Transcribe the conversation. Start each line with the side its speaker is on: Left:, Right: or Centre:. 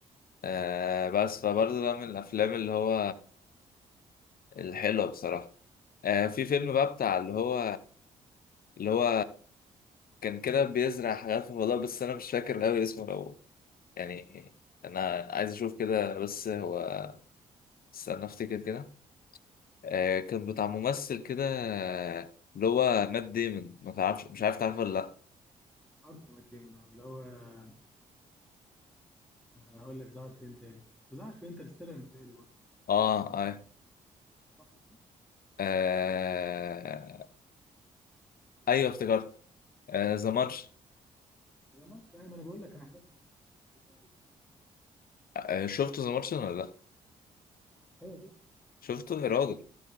Centre: بس
Left: آه
Centre: مش فاكر.
Left: بس فبرضه ده من الافلام اللي هو الحلوه بصراحه آه في فيلم بقى بتاع اللي هو اللي هو كان كده بيزرع حاجات في الفضاء بس انا مش فاكر قوي اسمه لو يعني انا عايز اشوف كده بس هو استنى افتكر كده آه كان بتاع ممثل كده آه، اللي هو مات ديمون ما تعرفش مش عارف تعرفه ولا لا
Centre: عارفه مات ديمون آه، اللي هو آه، هقول لك ظهر فين تاني ظهر في انترستيلر متهيألي برضه
Left: اه اه,
Centre: صح كده؟
Left: آه ايوه افتكرت آه ذا مارش
Centre: ما جمعتش ايوه ما انا بقول لك انا حضرت بتاع الفضاء
Left: آه شفته ذا مارش ولا لا
Centre: ايوه
Left: شفته يا راجل